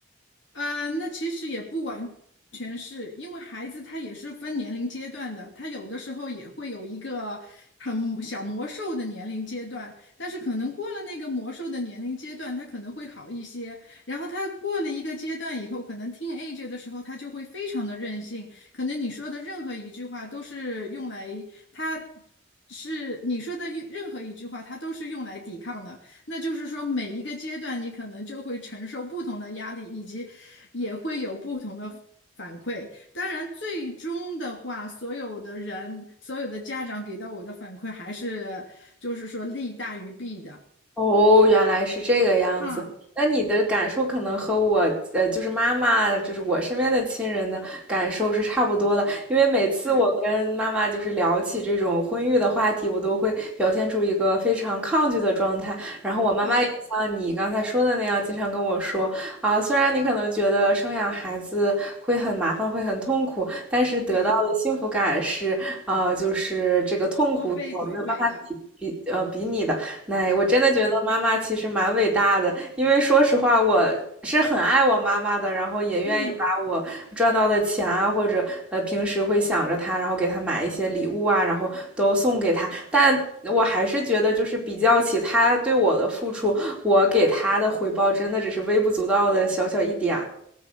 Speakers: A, on the left; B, in the centre.
A: 呃，那其实也不完全是因为孩子他也是分年龄阶段的，他有的时候也会有一个很小魔兽的年龄阶段，但是可能过了那个魔兽的年龄阶段，他可能会好一些。然后他过了一个阶段以后，可能听 a g e 的时候，他就会非常的任性，可能你说的任何一句话都是用来他。是你说的一任何一句话，他都是用来抵抗的。那就是说，每一个阶段你可能就会承受不同的压力，以及也会有不同的反馈。当然，最终的话，所有的人、所有的家长给到我的反馈还是就是说利大于弊的。
B: 哦，原来是这个样子。
A: 嗯，
B: 那你的感受可能和我，呃，就是妈妈，就是我身边的亲人的感受是差不多的。因为每次我跟妈妈就是聊起这种婚育的话题，
A: 对
B: 我都会表现出一个非常抗拒的状态。然后我妈妈也像你刚才说的那样，
A: 对
B: 经常跟我说啊，虽然你可能觉得生养孩子会很麻烦，会很痛苦，但是得到的幸福感是，
A: 对，
B: 啊，就是这个痛苦我没有办法比比呃比拟的。
A: 多倍回馈的。
B: 哎，我真的觉得妈妈其实蛮伟大的，因为说实话，我是很爱我妈妈的，然后也愿意把我赚到的钱啊，
A: 嗯。
B: 或者呃平时会想着她，然后给她买一些礼物啊，然后都送给她。但我还是觉得，就是比较起她对我的付出，我给她的回报真的只是微不足道的小小一点儿。